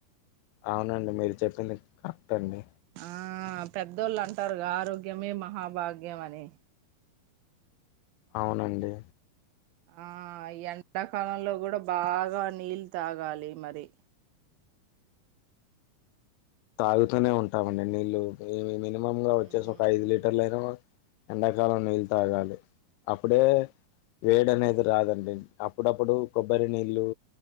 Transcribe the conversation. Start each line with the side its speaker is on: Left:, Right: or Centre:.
Left: అవునండి మీరు చెప్పింది కరెక్ట్ అండి
Right: ఆ పెద్దోళ్ళు అంటారు గా ఆరోగ్యమే మహాభాగ్యం అని
Left: అవునండి
Right: ఆ ఈ ఎండాకాలంలో కూడా బాగా నీళ్ళు తాగాలి మరి
Left: తాగుతూనే ఉంటామండి నీళ్ళలు ఉమ్ యంమం లో వచ్చేసి
Right: ఉమ్
Left: ఒక ఐదు లీటర్లు అయిన ఎండాకాలం నీళ్ు తాగాలి అప్పుడే వేడి అనేది రాదు అప్పుడప్పుడు కొబ్బరి నీళ్ళు